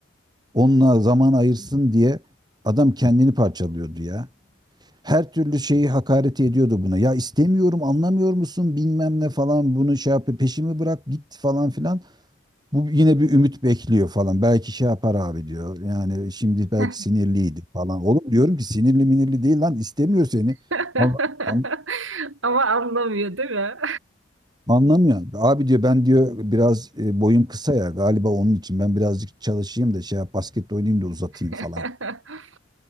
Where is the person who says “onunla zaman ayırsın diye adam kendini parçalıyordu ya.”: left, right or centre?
Right